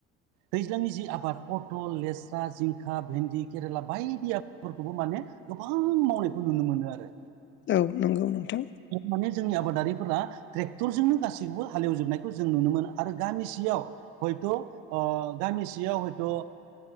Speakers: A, on the right; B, on the left.
A: दैज्लांनि जि आबाद पथल लेस्रा जिंखा भेन्दि केरेला बायदि आबादफोरखौबो माने गोबां मावनायखौ नुनो मोनदों आरो।
B: औ नंगौ नोंथां
A: माने जोंनि आबादारिफोरा ट्रेक्टरजोंनो गासैखौबो हालेवजोबनाय खौ जों नुनो मोनो आरो गामिसेयाव हयथ' गामिसेयाव हयथ'